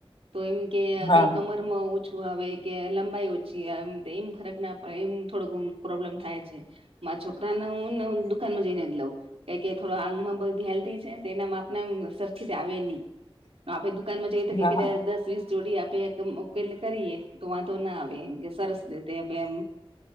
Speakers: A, on the right (about 80°); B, on the left (about 70°).
A: તો એમ કે
B: હા
A: કઈ કમરમાં ઓછું આવે કે લંબાઈ ઓછી એમ ફરક ના પડે એમ થોડોક પ્રોબ્લેમ થાય છે. મા છોકરાને દુકાનમાં જઈને લવું. એ કે થોડ આંગમાં બધી હેલ્ધી છે. એના માપમાં આપણે સરખી જ આવે નહી. આપડે દુકાનમાં જઈએ કે
B: હા
A: કે
B: હા
A: દસ વીસ જોડી આપે ઉકેલ કરીએ તો વધો ના આવે એમ કે સરસ દેતે એમ